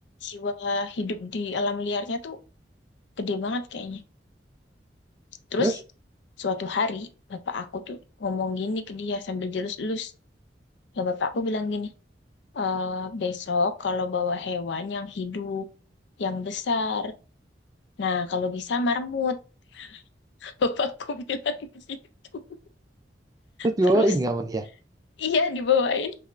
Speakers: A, on the left; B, on the right.
A: jiwa hidup di alam liarnya tuh gede banget kayaknya terus
B: Terus?
A: suatu hari bapak aku tuh ngomong gini ke dia sambil jelus-jelus Ya bapakku bilang gini, "Eh, besok kalau bawa hewan yang hidup, yang besar. Nah, kalau bisa marmut. <laughs> Bapakku bilang gitu.
B: Terus dibawain
A: Terus,
B: nggak sama dia?
A: iya dibawain.